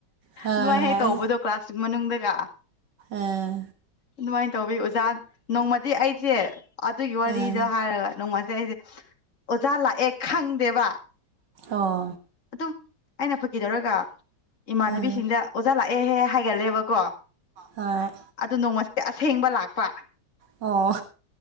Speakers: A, on the right; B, on the left.
A: ꯍꯣꯏ
B: ꯅꯨꯡꯉꯥꯏꯍꯩ
A: ꯍꯣꯏ
B: ꯇꯧꯕꯗꯣ ꯀ꯭ꯂꯥꯁꯇ ꯃꯅꯨꯡꯗꯒ
A: ꯑꯥ
B: ꯑꯗꯨꯃꯥꯏꯅ ꯇꯧꯋꯤ ꯑꯣꯖꯥ ꯅꯣꯡꯃꯗꯤ ꯑꯩꯁꯦ ꯑꯗꯨꯒꯤ ꯋꯥꯔꯤꯗ
A: ꯑꯥ
B: ꯍꯥꯏꯔꯒ ꯅꯣꯡꯃꯁꯦ ꯑꯩꯁꯦ ꯑꯣꯖꯥ ꯂꯥꯛꯑꯦ ꯈꯪꯗꯦꯕ
A: ꯑꯣ
B: ꯑꯗꯨꯝ ꯑꯩꯅ ꯐꯈꯤꯗꯧꯔꯒ ꯏꯃꯥꯟꯅꯕꯤꯁꯤꯡꯗ
A: ꯑꯥ
B: ꯑꯣꯖꯥ ꯂꯥꯛꯑꯦꯍꯦ ꯍꯥꯏꯒꯜꯂꯦꯕꯀꯣ
A: ꯍꯣꯏ
B: ꯑꯗꯨ ꯅꯣꯡꯃꯁꯦ ꯑꯁꯦꯡꯕ ꯂꯥꯛꯄ
A: ꯑꯣ